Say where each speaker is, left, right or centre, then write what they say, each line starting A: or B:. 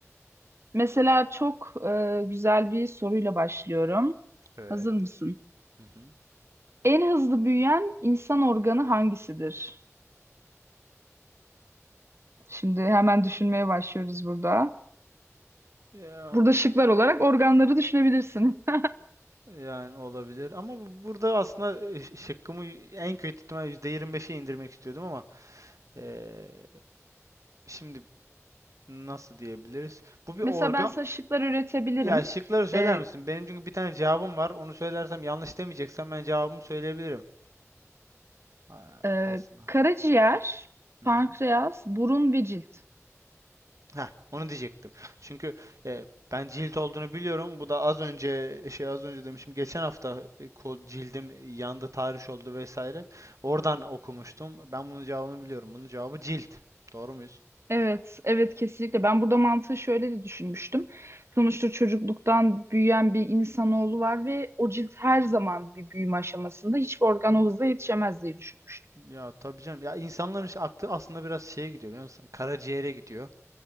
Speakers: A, on the right; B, on the right.
A: Mesela çok e, güzel bir soruyla başlıyorum.
B: Evet.
A: Hazır mısın?
B: Hı hı.
A: En hızlı büyüyen insan organı hangisidir? Şimdi hemen düşünmeye başlıyoruz burada.
B: Ya
A: Burada şıklar olarak organları düşünebilirsin. <laughs>
B: yani olabilir ama bu- burada aslında e, ş- şıkkımı y- en kötü ihtimal %25'e indirmek istiyordum ama eee, şimdi nasıl diyebiliriz? Bu bir
A: Mesela
B: organ
A: ben sana şıklar üretebilirim.
B: ya şıkları söyler
A: Ee,
B: misin? Benim çünkü bir tane cevabım var. Onu söylersem yanlış demeyeceksem ben cevabımı söyleyebilirim. Ha,
A: e,
B: aslında.
A: karaciğer,
B: Hı
A: pankreas,
B: hı.
A: burun ve cilt.
B: Heh, onu diyecektim. Çünkü e, ben cilt olduğunu biliyorum. Bu da az önce şey az önce demişim. Geçen hafta e, ko- cildim yandı, tahriş oldu vesaire. Oradan okumuştum. Ben bunun cevabını biliyorum. Bunun cevabı cilt. Doğru muyuz?
A: Evet, evet kesinlikle. Ben burada mantığı şöyle de düşünmüştüm. Sonuçta çocukluktan büyüyen bir insanoğlu var ve o cilt her zaman bir büyüme aşamasında hiçbir organ o hızla yetişemez diye düşünmüştüm.
B: Ya tabii canım. Ya insanların işte aklı aslında biraz şeye gidiyor biliyor musun? Karaciğere gidiyor.